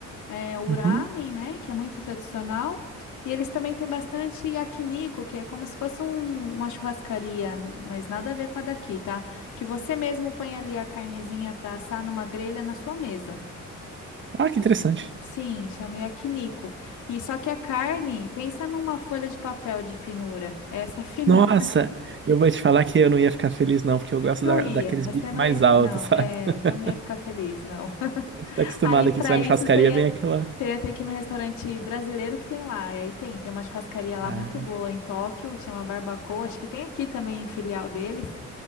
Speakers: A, on the left; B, on the right.
A: é, o
B: Uhum.
A: ramen, né, que é muito tradicional. E eles também têm bastante yakiniku, que é como se fosse um- uma churrascaria, n- mas nada a ver com a daqui, tá? Que você mesmo põe ali a carnezinha para assar numa grelha na sua mesa.
B: Ah, que interessante.
A: Sim, chama yakiniku. E só que a carne, pensa numa folha de papel de finura. Essa finura.
B: Nossa,
A: <laughs>
B: eu vou te falar que eu não ia ficar feliz, não, porque eu gosto
A: Não
B: da,
A: ia,
B: daqueles
A: você
B: bifes
A: não
B: mais
A: ia,
B: altos,
A: não,
B: sabe?
A: é,
B: <laughs>
A: você não ia ficar feliz, não.
B: A gente tá acostumado
A: Aí, pra
B: aqui, você vai na
A: isso,
B: churrascaria,
A: você ia,
B: vem aquela.
A: você ia ter que ir no restaurante brasileiro que tem lá. E aí tem, tem uma churrascaria lá
B: Ah,
A: muito boa em Tóquio, chama Barbacoa. Acho que tem aqui também filial deles,